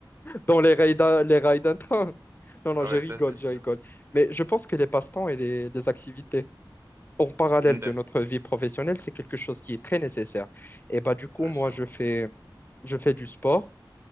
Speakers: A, on the left; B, on the right.
A: dans les rails d'un, les rails d'un train. <laughs> Non, non,
B: Ah
A: je
B: ouais,
A: rigole,
B: ça, c'est
A: je
B: sûr.
A: rigole. Mais je pense que les passe-temps et les, les activités en parallèle
B: Mm, D'accord.
A: de notre vie professionnelle, c'est quelque chose qui est très nécessaire. Et bah, du coup,
B: Ouais,
A: moi,
B: sûrement.
A: je fais, je fais du sport